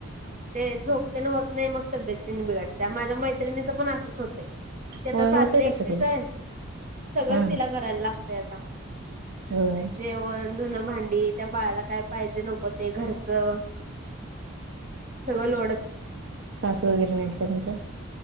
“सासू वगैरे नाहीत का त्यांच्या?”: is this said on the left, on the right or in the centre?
Right